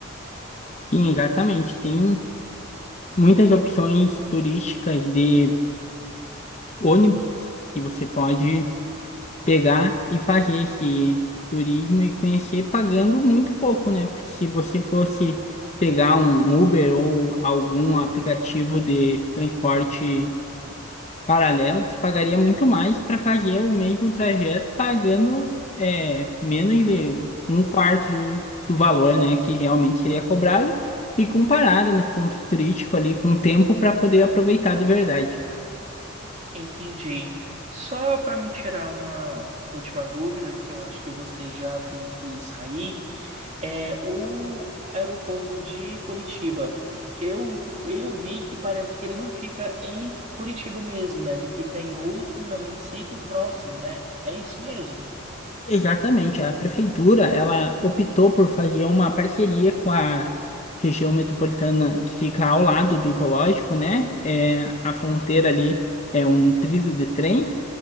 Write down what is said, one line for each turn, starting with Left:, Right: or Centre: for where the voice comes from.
Left: Sim, exatamente. Tem muitas opções turísticas de ônibus que você pode pegar e fazer esse turismo e conhecer pagando muito pouco, né? Porque se você fosse pegar um Uber ou algum aplicativo de transporte paralelos, pagaria muito mais para fazer o mesmo trajeto pagando é, menos de um quarto do, do valor, né, que realmente seria cobrado e com parada nos pontos turísticos ali, com tempo para poder aproveitar de verdade.
Right: Entendi. Só para me tirar uma última dúvida, que eu acho que você já tem que sair, é o aeroporto de Curitiba. Eu, eu vi que parece que ele não fica em Curitiba mesmo, né? Ele fica em outro, né, município próximo, né? É isso mesmo?
Left: Exatamente, a prefeitura ela optou por fazer uma parceria com a região metropolitana que fica ao lado do zoológico, né? É, a fronteira ali é um trilho de trem